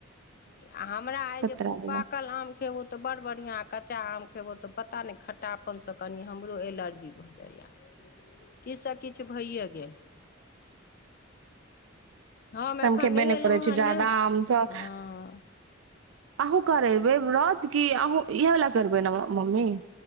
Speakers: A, on the left (about 45°); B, on the right (about 70°).
A: आ हमरा अइ
B: कतरा
A: जे खुब
B: वाला
A: पाक कल आम खेबौ तऽ बड़ बढ़ियां कच्चा आम खेबौ तऽ पता नै खट्टापन सँ कनी हमरो एलर्जी भऽ जाइये।
B: ह <inaudible>
A: किछ स किछ भइये गेल।
B: <inaudible>
A: हम एखन
B: तऽ खेबे
A: नहेलहुँ
B: नहि करै छी
A: हे
B: जादा
A: नहि
B: आम सब
A: हॅं।
B: अहूँ करेबै ब्रत की अहूॅं इहेए बला करबै ने मम्मी?